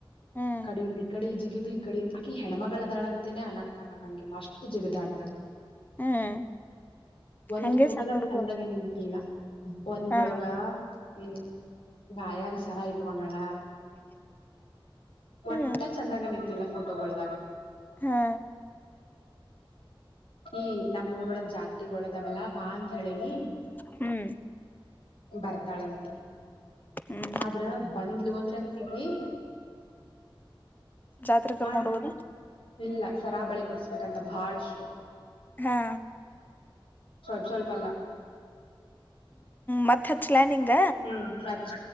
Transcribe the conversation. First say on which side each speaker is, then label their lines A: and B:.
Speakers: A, on the left; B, on the left.
A: ಹ್ಮ್
B: ಕಡೆಯಿಂದ ಈ ಕಡೆ ಜಿಗ ಗದು ಈ ಕಡೆ ಆಕಿ ಹೆಣ್ಣ್ಮಗಳದಾಳ ಅಂತೇನೆ ಅನಕ್ಕ ಆಗಂಗಿಲ್ಲ ಅಷ್ಟು ಜಿಗದಾಡ್ತಾಳ
A: ಹ್ಮ್
B: ಒಂದ
A: ಹಂಗೆ
B: ಫೋಟೋದಾಗ
A: ಸಣ್ಣ ಹುಡುಗರು
B: ಚಂದಗ ನಿಂತಿಲ್ಲ ಒಂದ್ರೊಳಗ
A: ಹಾ
B: ಹ್ಮ್ ಬಾಯಾಗ ಸರ ಇಟ್ಕೊಂಡಳ ಒಟ್ಟ
A: ಹ್ಮ್
B: ಚಂದಗ ನಿಂತಿಲ್ಲ ಫೋಟೋಗಳ್ದಾಗ
A: ಹಾ
B: ಈ ನಮ್ಮೂರೊಳಗ ಜಾತ್ರೆಗಳದವಲ್ಲಾ ಬಾ ಅಂತ್ ಹೇಳೇನಿ
A: ಹ್ಮ್
B: ಬರ್ತಾಳಂತ
A: ಹ್ಮ್
B: ಆದ್ರ ಬಂದ್ಲು ಅಂದ್ರೆ <unintelligible>
A: ಜಾತ್ರೆ ಕರ್ಕೊಂಡ್
B: ಮಾಡು
A: ಹೋಗೋದ
B: ಇಲ್ಲ ಸರಾ ಬಳಿ ಕೊಡಸ್ಬೇಕಂತ ಬಹಳಷ್ಟು.
A: ಹಾ
B: ಸ್ವಲ್ಪ ಸ್ವಲ್ಪ ಅಲ್ಲ.
A: ಮಥ <unintelligible> ಕಲಾನಿಂಗ
B: ಹ್ಮ್ ಹಚ್ಚ